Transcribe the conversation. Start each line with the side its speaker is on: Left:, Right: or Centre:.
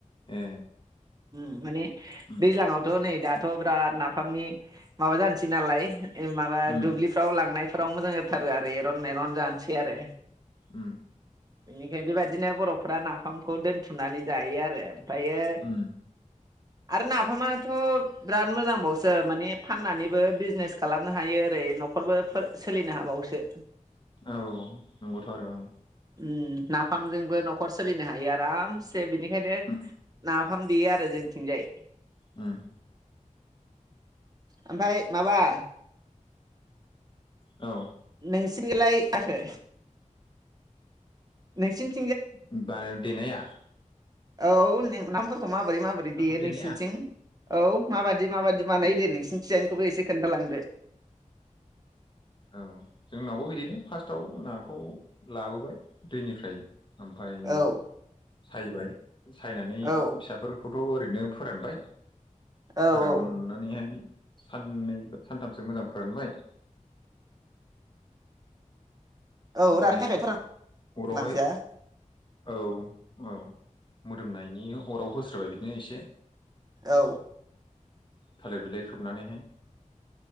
Left: ए
Right: उम माने
Left: उम
Right: दैज्लाआवथ नै दा थ बिराद नाफामनि माबा जानोसै नालाय। ओ माबा
Left: उम
Right: दुब्लिफ्राव लांनाय। फोराव मोजां जाथारो आरो एरन एरन जानोसै आरो
Left: उम
Right: बेनिखाय बेबायदिनो बरफ्रा नाफामखौ दोनथुमनानै जायो आरो फायो
Left: उम
Right: आरो नाफामाथ बिराद मोजांबावसो माने फाननानैबो बिजनेस खालामनो हायो ओरै नखरबो सोलिनो हाबावोसो।
Left: औ ओ नंगौथ आरो औ।
Right: उम नाफामजोंबो नखर सोलिनो हायो आरामसे से बिनिखायनो
Left: उम
Right: नाफाम देयो आरो जोंनिथिंजाय
Left: उम
Right: ओमफाय माबा
Left: औ
Right: नोंसिनिजोंलाय <unintelligible> नोंसिनि
Left: <unintelligible> देनाया?
Right: औ <unintelligible> माबोरै माबोरै
Left: नाफाम
Right: देयो
Left: देनाया
Right: नोंसिनिथिं। औ माबायदि माबायदि बानायो
Left: ए
Right: दे नोंसिनिथिंजाय। बो एसे खोनथा लां दो
Left: औ जोंनावबो बिदिनो फार्स्टआव नाखौ लाबोबाय दैनिफ्राय ओमफ्राय
Right: औ
Left: साइबाय सायनानै
Right: औ
Left: फिसाफोरखौ थ' ओरैनो फोरानबाय
Right: औ
Left: फोराननानै
Right: औ
Left: हाय साननै सानथामसो मोजां फोरानबाय
Right: औ
Left: ओमफाय
Right: रांनि थाखायथ' रान
Left: अरावहाय
Right: नांसैया
Left: औ औ मोदोमनायनि अराव होस्रोबाय बिदिनो एसे
Right: औ
Left: थालिर बिलाइ खोबनानैहाय